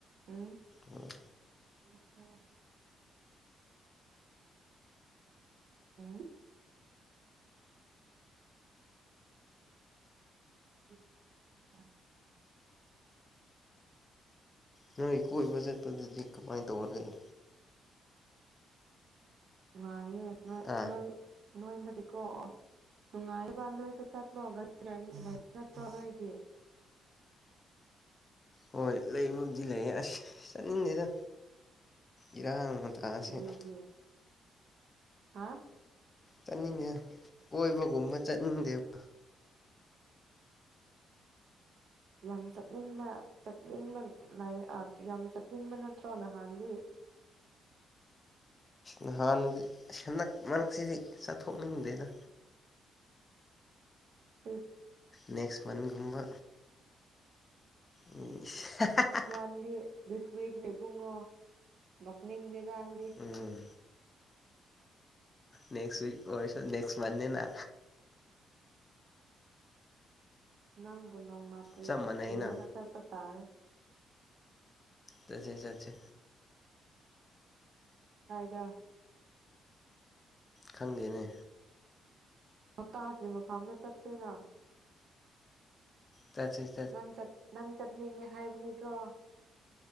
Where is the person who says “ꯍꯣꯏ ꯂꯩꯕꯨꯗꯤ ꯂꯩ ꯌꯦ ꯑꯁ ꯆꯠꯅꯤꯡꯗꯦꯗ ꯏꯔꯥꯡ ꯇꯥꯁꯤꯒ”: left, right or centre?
Left